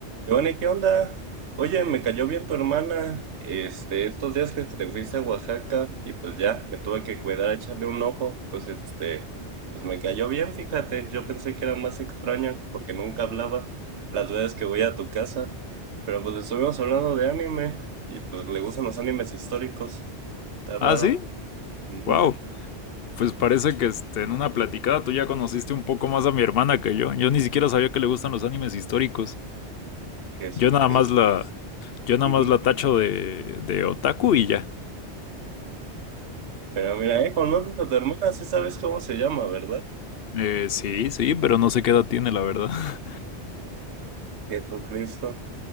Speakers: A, on the right (about 75°); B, on the left (about 60°).
A: Giovanni, ¿qué onda? Oye, me cayó bien tu hermana, este, estos días que te fuiste a Oaxaca y pues ya, me tuve que cuidar a echarle un ojo, pues este, pues me cayó bien, fíjate, yo pensé que era más extraño porque nunca hablaba las veces que voy a tu casa, pero pues estuvimos hablando de anime y pues le gustan los animes históricos, está raro.
B: Ah, sí,
A: Ujú,
B: wow. Pues parece que este, en una platicada tú ya conociste un poco más a mi hermana que yo. Yo ni siquiera sabía que le gustan los animes históricos.
A: Jesucristo.
B: Yo nada más la, yo nada
A: Ujú.
B: más la tacho de, de otaku y ya.
A: Pero mira, eh, conoces a tu hermana, sí sabes cómo se llama, ¿verdad?
B: Eh, sí, sí, pero no sé qué edad tiene, la verdad. <laughs>
A: Jesucristo.